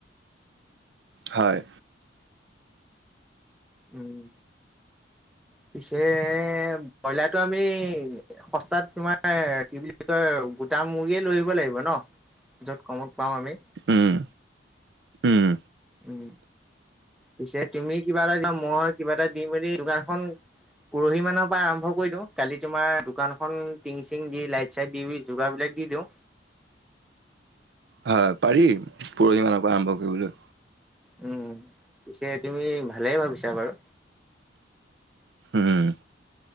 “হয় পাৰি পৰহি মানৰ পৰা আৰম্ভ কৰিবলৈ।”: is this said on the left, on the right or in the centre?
Right